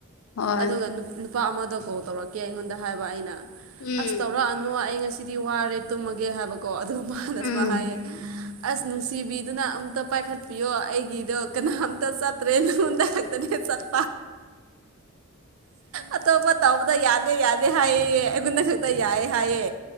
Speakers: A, on the left; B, on the right.
A: ꯍꯣꯏ
B: ꯑꯗꯨꯒ ꯅꯨꯄꯥ ꯑꯃꯗ ꯀꯣꯜ ꯇꯧꯔꯛ ꯀꯦ ꯑꯩꯉꯣꯟꯗ ꯍꯥꯏꯕ ꯑꯩꯅ
A: ꯎꯝ
B: ꯑꯁ ꯇꯧꯔꯛꯑꯅꯨ ꯑꯩ ꯉꯁꯤꯗꯤ ꯋꯥꯔꯦ ꯇꯨꯝꯃꯒꯦ ꯍꯥꯏꯕ ꯀꯣ ꯑꯗꯨꯒ ꯃꯥꯥꯟꯗꯁꯨꯃ
A: ꯎꯝ
B: ꯍꯥꯏꯌꯦ ꯑꯁ ꯅꯨꯡꯁꯤꯕꯤꯗꯨꯅ ꯑꯝꯇ ꯄꯥꯏꯈꯠꯄꯤꯌꯣ ꯑꯩꯒꯤꯗꯣ ꯀꯅꯥꯝꯇ ꯆꯠꯇ꯭ꯔꯦ ꯅꯉꯣꯟꯇ ꯈꯛꯇꯅꯤ ꯆ <unintelligible> ꯑꯇꯣꯞꯄ ꯇꯧꯕꯗ ꯌꯥꯗꯦ ꯌꯥꯗꯦ ꯍꯥꯏꯑ ꯑꯩꯒꯨꯟꯗ ꯈꯛꯇ ꯌꯥꯏꯑꯦ ꯍꯥꯏꯑ